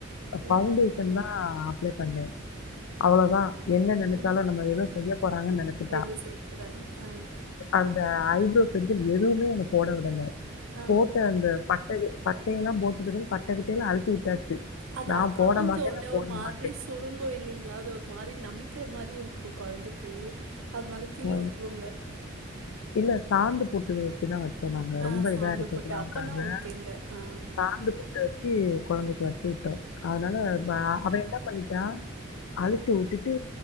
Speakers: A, on the right; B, on the left.
A: ம்,
B: பவுண்டே சன் தா அப்ளே பண்ணே அவ்வளோதா என்ன நெனைச்சாலலோ
A: ம்.
B: என்னமோ ஏதோ செய்ய போறாங்கன்னு நெனைச்சிட்டா
A: எது செய்ய போறாங்க? ஆ,
B: அந்த ஐப்ரோ பென்சில் எதுமே என்ன போட விடல
A: ஆ.
B: போட்ட அந்த பட் பட்ட பட்டையெல்லா போட்டுகிறது பட்ட கிட்டயெல்லா அழிச்சு விட்டாச்சு
A: அதா
B: நான்
A: காஞ்சோ
B: போட மாட்டேன்,
A: உன்னே
B: நான் போட
A: ஒரு மாதிரிஸ்
B: மாட்டேன்.
A: சுருங்கு இல்லிங்களா அது ஒரு மாரி நமிக்கிற மாரி இருக்கு கொழந்தைக்கி அதனால கீழ
B: அ
A: வுட்ருங்க
B: இல்ல சாந்து பொட்டு வெச்சுதா வெச்சே இப்ப நாங்க
A: ஆ
B: ரொம்ப
A: சாந்து
B: இதா இருக்க
A: போட்டு.
B: கூடாதுக்காக
A: அப்பன்னா ஓகேங்க. ஆ,
B: சாந்து பொட்டு ச்சி கொழந்தைக்கு வெச்சு விட்டோ அதனால
A: ம்,
B: அவ என்ன பண்ட்டா அழிச்சு வுட்டுட்டு